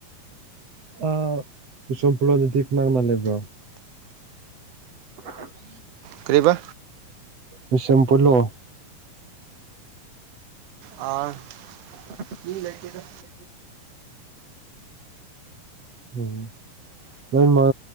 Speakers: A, on the right (about 45°); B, on the right (about 65°).
A: ꯑꯥ ꯕꯤꯁꯅꯨꯄꯨꯔ ꯔꯣꯝꯗꯗꯤ ꯀꯅꯥ ꯀꯅꯥ ꯂꯩꯕ꯭ꯔꯣ <inaudible>
B: ꯀꯔꯤꯕ
A: ꯕꯤꯁꯦꯝꯄꯨꯔꯗꯣ
B: ꯑꯥ
A: <inaudible>
B: ꯃꯤ ꯂꯩꯇꯦꯗ
A: ꯎꯝ ꯅꯣꯏ ꯃꯥ